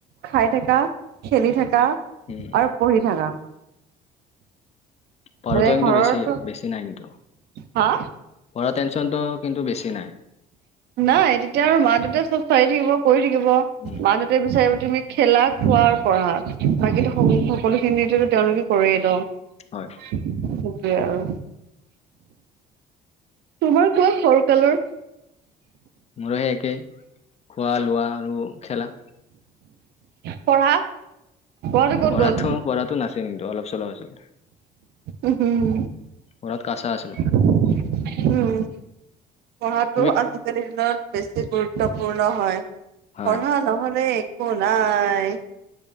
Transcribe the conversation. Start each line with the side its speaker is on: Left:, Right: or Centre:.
Right: খাই থাকা খেলি থাকা
Left: উম
Right: আৰু পঢ়ি থাকা।
Left: পঢ়াটো
Right: মানে
Left: কিন্তু
Right: ঘৰৰতো
Left: বেছি বেছি নাই কিন্তু
Right: হা
Left: পঢ়া টেনশনটো কিন্তু বেছি নাই।
Right: নাই তেতিয়া আৰু মা দেউটাই চব চাই থাকিব কৰি থাকিব,
Left: উম
Right: মা দেউ বিচাৰিব তুমি খেলা খোৱা আৰু পঢ়া বাকী সকলো খিনি তেওঁলোকে কৰেই ন'।
Left: হয়,
Right: সেইটোৱে আৰু। তোমাৰ কোৱা সৰু কালৰ?
Left: মোৰ সে একেই খোৱা লোৱা আৰু খেলা।
Right: পঢ়া পঢ়াটো ক'ত
Left: পঢ়াতো
Right: গ'ল?
Left: পঢ়াতো নাছিল কিন্তু অলপ চলপ আছিলে।
Right: উম, হুম,
Left: পঢ়াত কাঁচা আছিলোঁ।
Right: উম, পঢ়াটো
Left: তুমি
Right: আজিকালিৰ দিনত বেছি গুৰুত্বপূৰ্ণ হয় পঢ়া
Left: হয়
Right: নহলে একো নাই।